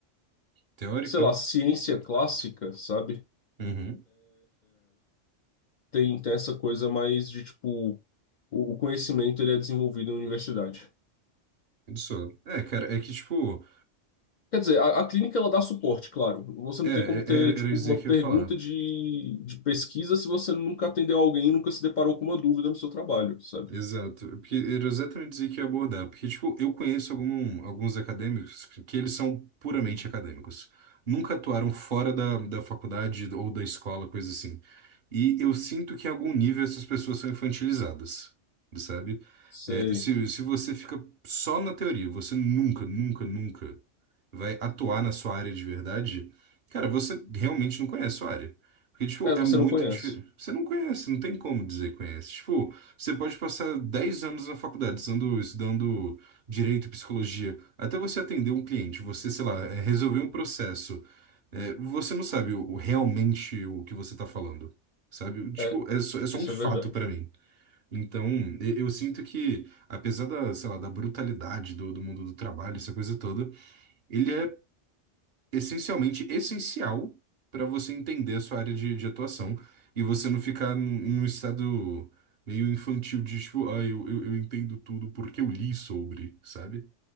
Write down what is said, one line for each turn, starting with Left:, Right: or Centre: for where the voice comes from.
Right: teórica?
Left: sei lá, ciência clássica, sabe?
Right: Uhum.
Left: tem, tem essa coisa mais de tipo o, o conhecimento ele é desenvolvido na universidade.
Right: Só. É, cara, é que, tipo,
Left: Quer dizer, a, a clínica ela dá suporte, claro. Você
Right: é,
Left: não
Right: é-
Left: tem como ter
Right: era,
Left: tipo
Right: era isso
Left: uma
Right: que
Left: pergunta
Right: eu ia falar.
Left: de, de pesquisa se você nunca atendeu alguém e nunca se deparou com uma dúvida no seu trabalho, sabe?
Right: Exato, porque era exatamente isso que eu ia abordar, porque, tipo, eu conheço algum- alguns acadêmicos que que eles são puramente acadêmicos, nunca atuaram fora da, da faculdade ou da escola, coisa assim, e eu sinto que em algum nível essas pessoas são infantilizadas, sabe?
Left: Você,
Right: É, se, se você fica só na teoria, você nunca, nunca, nunca vai atuar na sua área de verdade, cara, você realmente não conhece a sua área. Porque, tipo,
Left: é,
Right: é
Left: você
Right: muito
Left: não conhece.
Right: diferente. Você não conhece, não tem como dizer que conhece. Tipo, você pode passar 10 anos na faculdade estudando, estudando direito e psicologia, até você atender um cliente, você, sei lá, é, resolver um processo. É, você não sabe o, o- realmente o que você tá falando, sabe? Tipo,
Left: É,
Right: é só, é só
Left: isso
Right: um fato
Left: é verdade.
Right: pra mim. Então, e- eu sinto que, apesar da, sei lá, da brutalidade do, do mundo do trabalho, essa coisa toda, ele é essencialmente essencial para você entender a sua área de, de atuação e você não ficar num, num estado meio infantil de tipo, ah, eu, eu, eu entendo tudo porque eu li sobre, sabe?